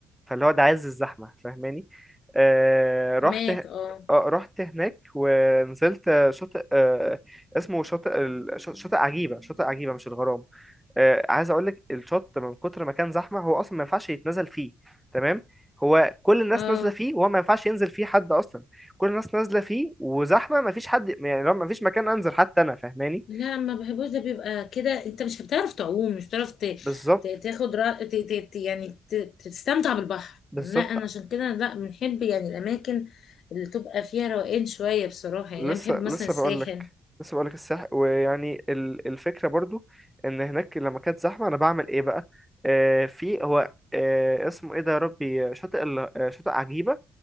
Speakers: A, in the centre; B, on the left.
A: فاللي هو ده عز الزحمة فاهماني آه رحت
B: هناك
A: ه-
B: اه
A: آه رحت هناك ونزلت شاطئ آه اسمه شاطئ ال- شاطئ عجيبة شاطئ عجيبة مش الغرام آه، عايز اقول لك الشط من كتر ما كان زحمه هو اصلا ما ينفعش يتنزل فيه تمام هو كل الناس
B: اه
A: نازله فيه وهو ما ينفعش ينزل فيه حد اصلا كل الناس نازله فيه وزحمه ما فيش حد يعني لو ما فيش مكان انزل حتى انا فاهماني
B: لا ما بحبوش ده بيبقى كده انت مش بتعرف تعوم مش بتعرف ت...
A: بالظبط
B: ت... تاخد را... ت... ت... ت- يعني ت... تستمتع بالبحر
A: بالظبط
B: لا انا عشان كده لا بنحب يعني الاماكن اللي تبقى فيها روقان شوية بصراحة يعني
A: لسه
B: انا بحب مثلا
A: لسه
B: الساحل
A: بقول لك لسه بقول لك السح ويعني ال- الفكره برضو ان هناك لما كانت زحمه انا بعمل ايه بقى آه في هو آه اسمه ايه ده يا ربي شاطئ ال- آه، شاطئ عجيبه